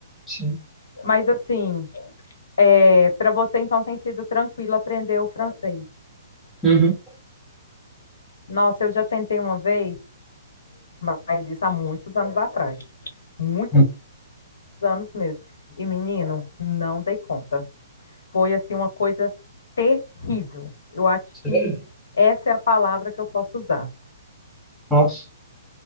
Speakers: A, in the centre; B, on the left.
A: sim.
B: Mas assim, é, para você então tem sido tranquilo aprender o francês.
A: Uhum.
B: Nossa, eu já tentei uma vez, mas isso há muitos anos atrás, muitos
A: Hum,
B: anos mesmo. E menino, não dei conta. Foi assim uma coisa terrível. Eu acho
A: Sério?
B: que essa é a palavra que eu posso usar.
A: Nossa.